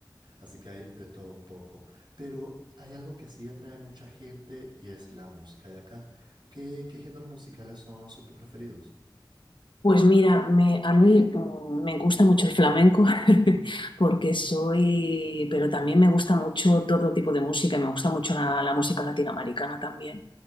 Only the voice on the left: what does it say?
Pues mira, me, a mí mm, me gusta mucho el flamenco <laughs> porque soy, pero también me gusta mucho todo tipo de música y me gusta mucho la, la música latinoamericana también.